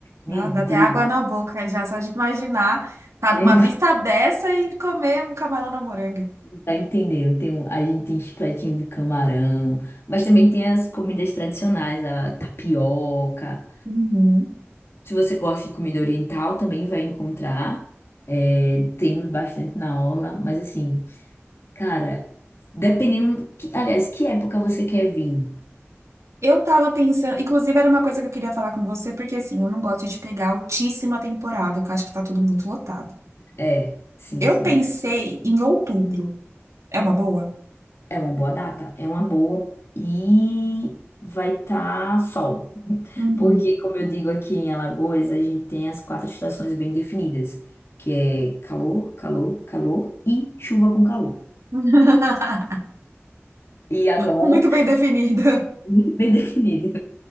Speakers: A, on the right; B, on the left.
A: Não,
B: meu
A: dá
B: Deus,
A: até água na boca já, só de imaginar
B: <laughs>
A: tá numa
B: eu
A: vista dessa e comer um camarão na moranga.
B: não tá entendendo. Tem, um- a gente tem chicletinho de camarão, mas também tem as comidas tradicionais, a tapioca.
A: Uhum.
B: Se você gosta de comida oriental, também vai encontrar. É, temos bastante na orla, mas assim, cara, dependendo, que, aliás, que época você quer vir?
A: Eu tava pensando, inclusive era uma coisa que eu queria falar com você, porque assim, eu não gosto de pegar altíssima temporada, que eu acho que tá tudo muito lotado.
B: É, sim,
A: Eu
B: sim.
A: pensei em outubro. É uma boa?
B: É uma boa data, é uma boa e vai estar sol. <laughs>
A: Uhum.
B: Porque, como eu digo aqui em Alagoas, a gente tem as quatro estações bem definidas, que é calor, calor, calor e chuva com calor.
A: <laughs>
B: E agora,
A: Muito bem definido.
B: <laughs> muito bem definido.